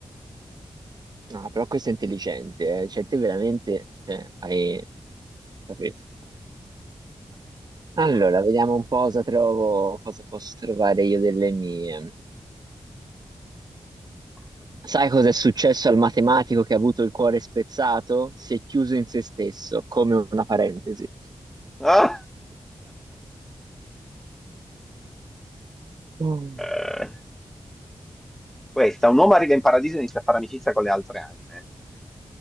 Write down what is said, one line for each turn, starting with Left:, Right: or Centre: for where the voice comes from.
Right: Ah, però questo è intelligente, eh. Cioè, te veramente, cioè, hai capito. Allora, vediamo un po' cosa trovo, cosa posso trovare io delle mie.
Centre: <laughs>
Right: Sai cosa è successo al matematico che ha avuto il cuore spezzato? Si è chiuso in se stesso, come una parentesi.
Centre: Ah!
Right: Mm.
Centre: <laughs> Questa, un uomo arriva in paradiso e inizia a fare amicizia con le altre anime.